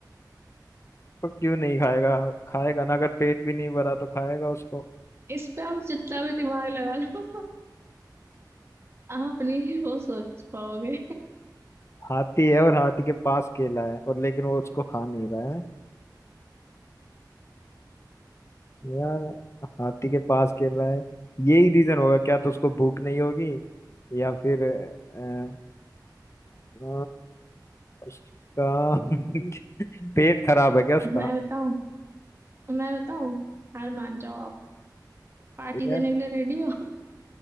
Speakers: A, on the left (about 40°); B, on the right (about 35°).
A: तो क्यों नहीं खाएगा खाएगा ना अगर पेट भी नहीं भरा तो खाएगा उसको
B: इस पे आप जितना भी दिमाग लगा लो आप नहीं वो सोच पाओगे
A: हाथी है और हाथी के पास केला है और लेकिन वो उसको खा नहीं रहा है यार हाथी के पास खेल रहा है यही रीजन होगा क्या तो उसको भूख नहीं होगी या फिर अ, अ, उसका <laughs> पेट खराब है क्या उसका
B: मैं बताऊं मैं बताऊं हार मान जाओ आप पार्टी
A: यार
B: देने के लिए रेडी हो